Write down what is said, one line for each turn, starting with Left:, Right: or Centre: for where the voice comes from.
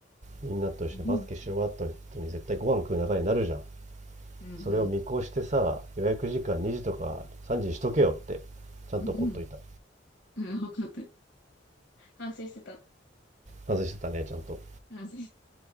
Right: みんなと一緒にバスケし終わった後に絶対ご飯食う流れになるじゃん
Left: うんうんうんうん
Right: それを見越してさ予約時間2時とか3時にしとけよってちゃんと怒っといた
Left: うんうん。分かった。汗してた。
Right: 外してたねちゃんと
Left: 汗。